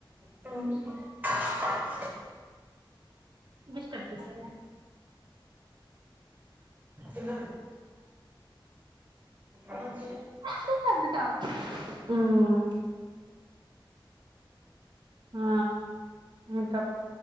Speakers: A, on the right (about 20°); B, on the right (about 60°).
A: హమ్
B: డిస్ట్రబ్ చేశా
A: ఇలా అవు
B: అ తన్న తవా హ్మ్మ్ ఆ ఇంక